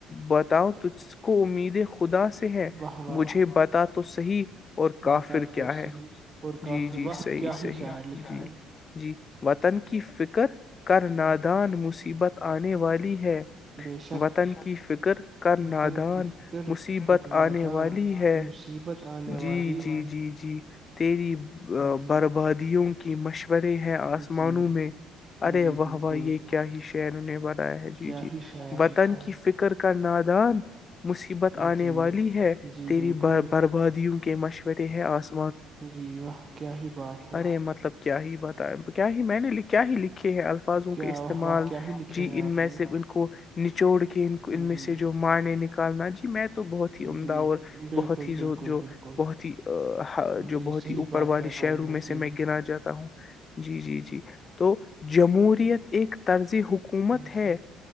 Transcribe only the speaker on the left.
بتاؤ ت قومی د خدا سے ہے
مجھے بتا تو صحیح اور کافر
کیا ہے
جی جی
صحی
صحیح
جی
جی وطن کی فکر کر نادان
مصیبت آنے والی ہے
وطن کی فکر کر
نادان
مصیبت
آنے والی ہے
جی
جی
جی جی تیری
بربادیوں کی مشورے ہیں آسمانوں
میں ارے
واہ
واہ یہ کیا ہی کیایرنے بعد ہے جی
جی
وطن
کی فکر کر کا نادان مشکل
آنے
والی ہے
تیری
بربادیوں کے مشورے ہے آس
ارے مطلب کیا ہی بتایا کیا ہی میں نے کیا ہی لکھی ہیں الفاظوں
کے استعمال
جی
ان
میں
سے ان کو نچوڑ ک ان میسیج
جو م معنی نہیں کالا جی میں تو بہت ہی عمدہ
اور
بہت ہی جو
بہت ہی جو
بہت
ہی اوپر
والے
شہروں
میں سے
میں گنا جاتا ہوں جی جی جی تو جمہوریت ایکک <unintelligible> طرزی حکومت
ہے